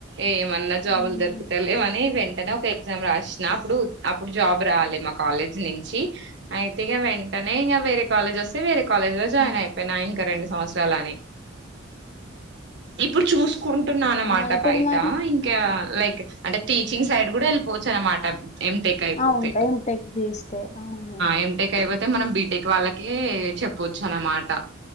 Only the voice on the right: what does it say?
ఏమన్నా జాబులు
దొరుకుత లేమని అంట ఒక ఎగ్జామ్ రాసిన అప్పుడు అప్పుడు జాబ్ రాలి మా కాలేజ్ నుంచి అయితేగా వెంట నే వర కాలజ వస్తే వేర కాలేజ్ లో
జాయిన్ అయిపోయినా ఇంకా రెండు సంవత్సరలుని ఇప్పుడు చూ కుంటున్నా అనమాట
బయట
ఇంకా లైక్ అంటే టీచింగ్ సైడ్ కూడా వెళ్ళిపోవచ్చు అనమాట ఎటెక్ అయిపోతే
ఎ టెక్ అయిపోతే మనం బీటెక్ వాళ్ళకి ఏ చెప్పొచ్చు అన్నమాట